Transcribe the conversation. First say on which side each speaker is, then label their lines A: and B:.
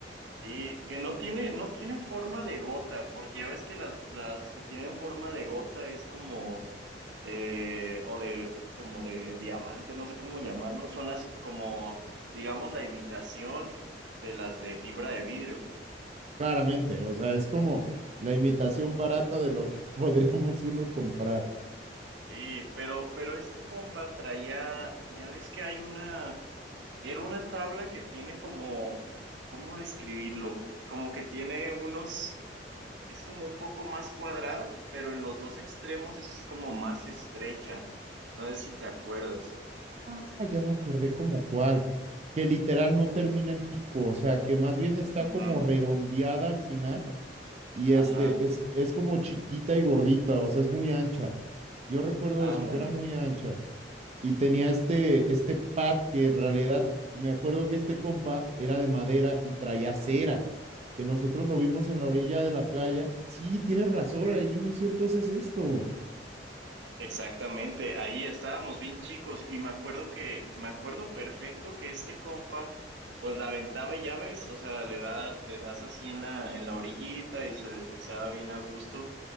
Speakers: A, on the right; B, on the right.
A: sí, que no tiene, no tiene forma de gota, porque ya ves que las, las que tienen forma de gota es como, eh, o de, como de diamante, no sé cómo llamarlo, son las como, digamos, la imitación de las de fibra de vidrio.
B: Claramente, o sea, es como la imitación barata de lo que <laughs> podríamos uno comprar.
A: Sí, pero, pero este compa traía, ya ves que hay una, era una tabla que tiene como, ¿cómo describirlo? Como que tiene unos, es como un poco más cuadrada, pero en los dos extremos es como más estrecha. No sé si te acuerdas.
B: Ah, ya me acordé como cuál, que literal no termina en pico, o sea, que más bien está
A: Ujú.
B: como redondeada al final y este
A: Ajá,
B: es, es como chiquita y gordita, o sea, es muy ancha. Yo recuerdo
A: ándale.
B: eso, que era muy ancha y tenía este, este pad que en realidad me acuerdo que este compa era de madera y traía cera, que nosotros lo vimos en la orilla de la playa. Sí, tienes razón, ahí inició entonces esto.
A: Exactamente, ahí estábamos bien chicos y me acuerdo que, me acuerdo perfecto que este compa, pues la aventaba y ya ves, o sea, le da, le das así en la, en la orillita y se deslizaba bien a gusto,